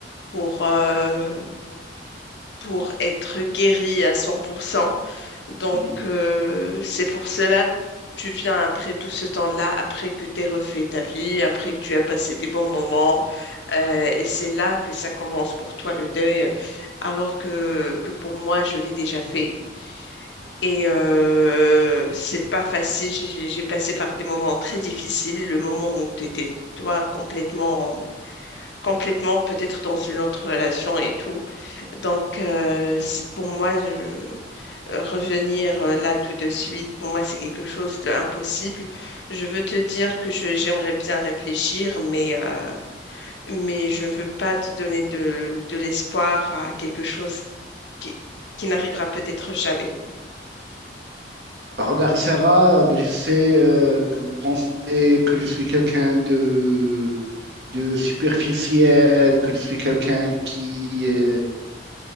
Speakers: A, on the left; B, on the right.
A: pour, euh, pour être guéri à 100%. Donc,
B: Oui.
A: euh, c'est pour cela tu viens après tout ce temps-là, après que tu aies refait ta vie, après que tu as passé des bons moments. euh, et c'est là que ça commence pour toi le deuil, alors que, que pour moi, je l'ai déjà fait. Et euh, c'est pas facile. J'ai j'ai- j'ai passé par des moments très difficiles. Le moment où tu étais, toi, complètement, complètement peut-être dans une autre relation et tout. Donc, euh, c'est- pour moi, je- euh, revenir euh, là tout de suite, pour moi, c'est quelque chose d'impossible. Je veux te dire que je- j'aimerais bien réfléchir, mais, euh, mais je veux pas te donner de, de l'espoir à quelque chose qui, qui n'arrivera peut-être jamais.
B: Bah, regarde, Sarah, euh, bah, je sais euh, que vous pensez que je suis quelqu'un de, de superficiel, que je suis quelqu'un qui, euh,